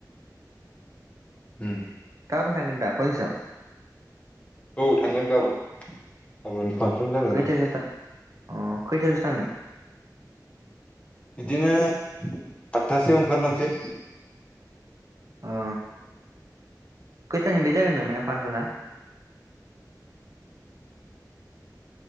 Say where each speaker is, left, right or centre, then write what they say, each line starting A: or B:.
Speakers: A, on the left; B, on the right.
A: ओह
B: गाबोन थांगोन दा कलेजाव?
A: औ थांगोन गाबोन गाबोन बां सन जागोन
B: खैथासोआव
A: ना
B: थां अ खैथासोआव थांगोन
A: बिदिनो आतथासेआव ओंखारलांसै
B: अ खैथानि बे जागोन नों मोना फानस'ना? <inaudible>